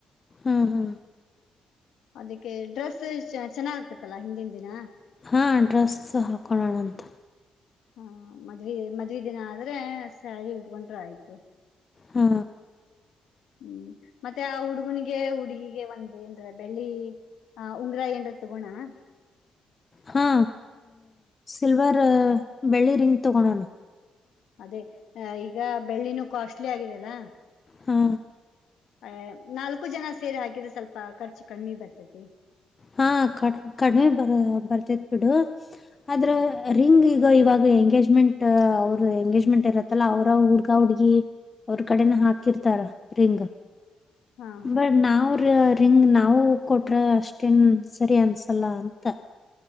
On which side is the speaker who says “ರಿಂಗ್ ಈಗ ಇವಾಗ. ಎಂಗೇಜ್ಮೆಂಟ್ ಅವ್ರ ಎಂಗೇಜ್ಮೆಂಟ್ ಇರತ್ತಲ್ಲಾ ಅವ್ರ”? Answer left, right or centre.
Left